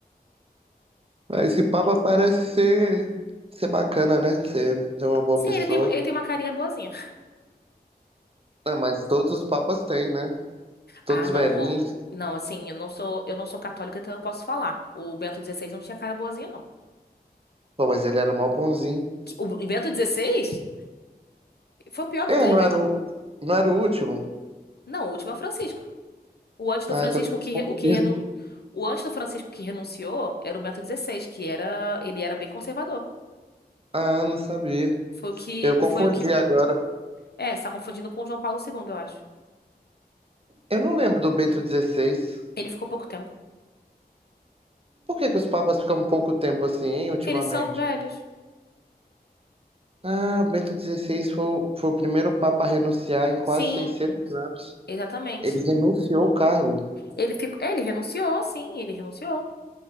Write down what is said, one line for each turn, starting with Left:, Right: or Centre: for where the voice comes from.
Right: Ah, Esse papa parece ser, ser bacana, né? Ser, ser uma boa
Left: Sim,
Right: pessoa.
Left: ele tem, ele tem uma carinha boazinha.
Right: Ah, mas todos os papas têm, né? Todos
Left: Ah, não,
Right: velhinhos.
Left: o- não, assim, eu não sou, eu não sou católica, então eu posso falar. O Bento XVI não tinha cara boazinha, não.
Right: Pô, mas ele era mó bonzinho.
Left: Que- O Bento XVI foi o pior que
Right: É,
Left: teve.
Right: não era o, não era o último?
Left: Não, o último é o Francisco. O antes do
Right: Ah,
Left: Francisco
Right: então eu tô
Left: que, re-
Right: confundindo.
Left: o que renu, o antes do Francisco que renunciou era o Bento XVI, que era, ele era bem conservador.
Right: Ah, não sabia.
Left: Foi o que,
Right: Eu confundi
Left: foi o que,
Right: agora.
Left: é, você tá confundindo com o João Paulo II, eu acho.
Right: Eu não lembro do Bento XVI.
Left: Ele ficou pouco tempo,
Right: Por que que os papas ficam um pouco tempo assim, hein,
Left: porque
Right: ultimamente?
Left: eles são velhos.
Right: Ah, o Bento XVI foi, o- foi o primeiro papa a renunciar em quase
Left: Sim,
Right: 600 anos.
Left: exatamente.
Right: Ele renunciou o cargo.
Left: Ele ficou, é, ele renunciou, sim, ele renunciou.